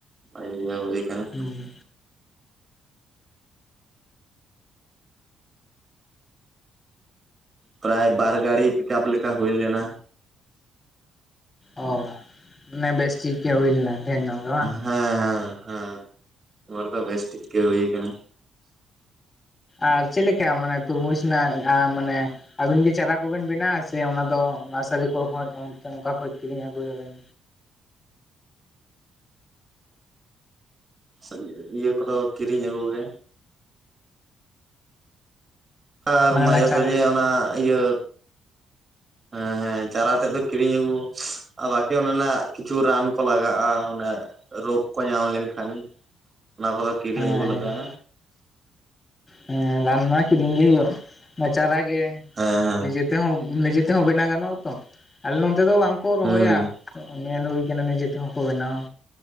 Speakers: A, on the right (about 30°); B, on the left (about 25°).
A: ᱵᱷᱟᱜᱮ ᱦᱩᱭ ᱟᱠᱟᱱᱟ᱾
B: ᱦᱩᱸ
A: ᱯᱨᱟᱭ ᱵᱟᱨ ᱜᱟᱹᱲᱤ ᱯᱤᱠᱟᱯ ᱞᱮᱠᱟ ᱦᱩᱭ ᱞᱮᱱᱟ᱾
B: ᱚ ᱢᱟᱱᱮ ᱵᱮᱥᱴᱷᱤᱠ ᱜᱮ ᱦᱩᱭ ᱞᱮᱱᱟ ᱰᱷᱮᱨ ᱧᱚᱜ ᱜᱮ ᱵᱟᱝ?
A: ᱦᱮᱸ ᱦᱮᱸ ᱦᱮᱸ ᱢᱚᱨ ᱫᱚ ᱵᱮᱥ ᱴᱷᱤᱠ ᱜᱮ ᱦᱩᱭ ᱠᱟᱱᱟ᱾
B: ᱟᱨ ᱪᱮᱫ ᱞᱮᱠᱟ ᱢᱟᱱᱮ ᱛᱩᱨᱢᱩᱡ ᱨᱮᱱᱟᱜ ᱟᱸ ᱢᱟᱱᱮ ᱟᱵᱤᱱ ᱜᱮ ᱪᱟᱨᱟ ᱠᱚᱵᱮᱱ ᱵᱮᱱᱟᱣᱟ ᱥᱮ ᱚᱱᱟᱫᱚ ᱱᱟᱨᱥᱟᱨᱤ ᱠᱚ ᱠᱷᱚᱱ ᱛᱮ ᱚᱝᱠᱟ ᱠᱷᱚᱱ ᱠᱤᱨᱤᱧ ᱟᱹᱜᱩᱭᱟᱵᱤᱱ?
A: ᱥᱟᱹᱜ ᱤᱭᱟᱹ ᱠᱚᱫᱚ ᱠᱤᱨᱤᱧ ᱟᱹᱜᱩᱜᱮ᱾ ᱟᱨ
B: ᱢᱟᱱᱮ
A: ᱢᱟᱡᱷᱮ
B: ᱚᱱᱟ ᱪᱟᱨᱟ
A: ᱥᱟᱡᱷᱮ ᱚᱱᱟ ᱤᱭᱟᱹ ᱦᱮᱸ ᱦᱮᱸ ᱪᱟᱨᱟ ᱛᱮᱜ ᱫᱚ ᱠᱤᱨᱤᱧ ᱟᱹᱜᱩ ᱟᱨ ᱵᱟᱠᱤ ᱚᱱᱟ ᱚᱱᱟᱜ ᱠᱤᱪᱷᱩ ᱨᱟᱱ ᱠᱚ ᱞᱟᱜᱟᱜ-ᱟ, ᱚᱱᱮ ᱨᱳᱜᱽ ᱠᱚ ᱧᱟᱢ ᱞᱮᱱᱠᱷᱟᱱ ᱚᱱᱟ ᱠᱚᱫᱚ ᱠᱤᱨᱤᱧ
B: ᱦᱮᱸ
A: ᱟᱹᱜᱩ
B: ᱦᱮᱸ
A: ᱞᱟᱜᱟᱜᱼᱟ᱾
B: ᱦᱮᱸ ᱨᱟᱱ ᱢᱟ ᱠᱤᱨᱤᱧ ᱜᱮ ᱦᱩᱭᱩᱜ ᱚᱱᱟ ᱪᱟᱨᱟ ᱜᱮ
A: ᱦᱮᱸ ᱦᱮᱸ
B: ᱱᱤᱡᱮ ᱛᱮᱦᱚᱸ ᱱᱤᱡᱮ ᱛᱮᱦᱚᱸ ᱵᱮᱱᱟᱣ ᱜᱟᱱᱚᱜᱼᱟ ᱛᱚ? ᱟᱞᱮ ᱱᱚᱱᱛᱮ ᱫᱚ ᱵᱟᱝ ᱠᱚ ᱨᱚᱦᱚᱭᱟ
A: ᱦᱩᱸ
B: ᱧᱮᱞ ᱦᱩᱭ ᱟᱠᱟᱱᱟ ᱱᱤᱡᱮ ᱛᱮᱦᱚᱸ ᱠᱚ ᱵᱮᱱᱟᱣᱟ